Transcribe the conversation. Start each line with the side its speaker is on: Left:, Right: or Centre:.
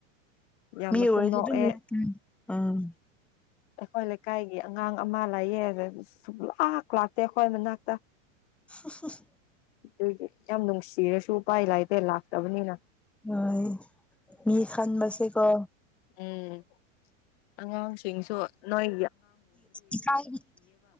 Left: ꯌꯥꯝꯅꯁꯨ
Centre: ꯃꯤ ꯑꯣꯏꯔꯗꯤ
Left: ꯅꯣꯛꯑꯦ
Centre: ꯑꯗꯨꯝ ꯅꯣꯛꯄꯅꯦ ꯎꯝ
Left: ꯑꯩꯈꯣꯏ ꯂꯩꯀꯥꯏꯒꯤ ꯑꯉꯥꯡ ꯑꯃ ꯂꯩꯌꯦ ꯑꯗ ꯁꯨꯛꯂꯥꯛ ꯂꯥꯛꯇꯦ ꯈꯣꯏ ꯃꯅꯥꯛꯇ
Centre: <inaudible>
Left: ꯑꯗꯨꯏꯗꯤ ꯌꯥꯝ ꯅꯨꯡꯁꯤꯔꯁꯨ ꯎꯄꯥꯏ ꯂꯩꯇꯦ ꯂꯥꯛ ꯇꯥꯕꯅꯤꯅ
Centre: ꯍꯣꯏ ꯃꯤ ꯁꯟꯕꯁꯦ ꯀꯣ
Left: ꯎꯝ ꯑꯉꯥꯡ ꯁꯤꯡꯁꯨ ꯅꯣꯏ
Centre: ꯏꯈꯥꯒꯤ